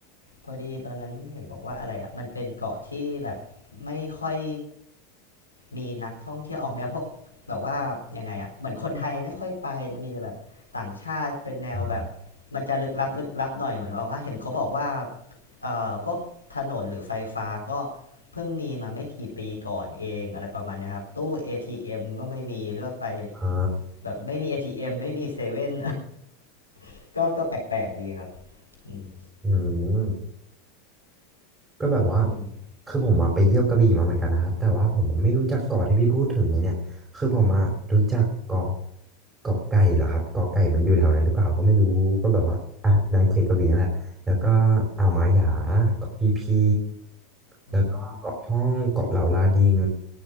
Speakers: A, on the left; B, on the right.
A: พอดีตอนนั้นเห็นบอกว่าอะไรอะมันเป็นเกาะที่แบบไม่ค่อยมีนักท่องเที่ยวออกแนวพวกแบบว่ายังไงอะเหมือนคนไทยไม่ค่อยไปจะมีแต่แบบต่างชาติเป็นแนวแบบ
B: อ่า
A: มันจะลึกลับลึกลับหน่อยเหมือนว่าเห็นเขาบอกว่า เอ่อพวกถนนหรือไฟฟ้าก็เพิ่งมีมาไม่กี่ปีก่อนเองอะไรประมาณเนี้ยครับตู้ ATM ก็ไม่มีด้วยไป
B: อ่า
A: แบบไม่มี ATM ไม่มีเซเว่น <laughs> ก็ก็แปลกๆดีครับอืม
B: อืม ก็แบบว่า
A: อืม
B: คือผมมาไปเที่ยวกระบี่มาเหมือนกันนะครับแต่ว่าผมอะไม่รู้จักเกาะที่พี่พูดถึงเลยเนี่ยคือผมมารู้จักเกาะเกาะไก่เหรอครับเกาะไก่มันอยู่แถวนั้นหรือเปล่าก็ไม่รู้ก็แบบว่าอ่ะในเขตกระบี่นั่นแหละแล้วก็อ่าวหมาหยาเกาะพีพี
A: อืม
B: แล้วก็เกาะห้องเกาะเหล่าลาดิง